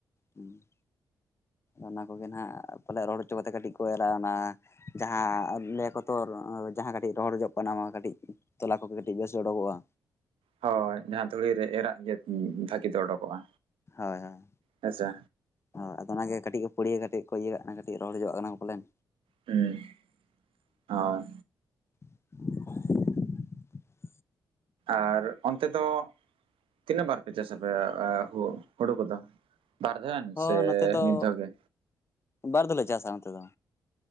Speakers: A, on the left (about 30°); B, on the right (about 80°).
A: ᱦᱩᱸ ᱚᱱᱟ ᱠᱚᱜᱮ ᱱᱷᱟᱜ ᱯᱟᱞᱮ ᱨᱚᱦᱚᱲ ᱚᱪᱚ ᱠᱟᱛᱮ ᱠᱟᱹᱴᱤᱡ ᱠᱚ ᱮᱨᱟ ᱚᱱᱟ ᱡᱟᱦᱟᱸ ᱞᱟᱹᱭᱟ ᱟᱠᱚ ᱛᱚ ᱡᱟᱦᱟᱸ ᱠᱟᱹᱴᱤᱡ ᱨᱚᱦᱚᱲ ᱡᱚᱜ ᱠᱟᱱᱟ ᱚᱱᱟ ᱠᱟᱹᱴᱤᱡ ᱛᱚᱞᱟ ᱠᱚᱜᱮ ᱠᱟᱹᱴᱤᱡ ᱵᱮᱥ ᱚᱰᱚᱠᱚᱜᱼᱟ
B: ᱦᱳᱭ ᱡᱟᱦᱟᱸ ᱫᱷᱩᱲᱤ ᱨᱮ ᱮᱨᱟᱜ ᱜᱮ ᱵᱷᱟᱹᱜᱤ ᱫᱚ ᱩᱰᱩᱠᱚᱜᱼᱟ
A: ᱦᱳᱭ ᱦᱳᱭ
B: ᱦᱮᱸᱥᱮ
A: ᱦᱳᱭ ᱟᱫᱚ ᱚᱱᱟᱜᱮ ᱠᱟᱹᱴᱤᱡ ᱠᱚ ᱯᱩᱲᱤᱭᱟᱹ ᱠᱟᱛᱮ ᱠᱚ ᱤᱭᱟᱹ ᱠᱟᱜ ᱠᱟᱱᱟ ᱠᱟ. ᱴᱤᱡ ᱨᱚᱦᱚᱲ ᱧᱚᱜ ᱠᱟᱱᱟ ᱠᱚ ᱯᱟᱞᱮᱱ
B: ᱦᱩᱸ... ᱟ.....
A: <unintelligible>
B: ᱟᱨ ᱚᱱᱛᱮ ᱫᱚ ᱛᱤᱱᱟᱹᱜ ᱵᱟᱨ ᱯᱮ ᱪᱟᱥ ᱟᱯᱮ ᱦᱩᱲᱩ, ᱦᱩᱲᱩ ᱠᱚ ᱫᱚ ᱵᱟᱨ ᱫᱷᱮᱱ
A: ᱦᱚᱸ
B: ᱥᱮ
A: ᱱᱚᱛᱮ ᱫᱚ
B: ᱢᱤᱫ ᱫᱷᱟᱹᱣ ᱜᱮ
A: ᱵᱟᱨ ᱫᱷᱟ. ᱣ ᱞᱮ ᱪᱟᱥ-ᱟ ᱱᱚᱛᱮ ᱫᱚ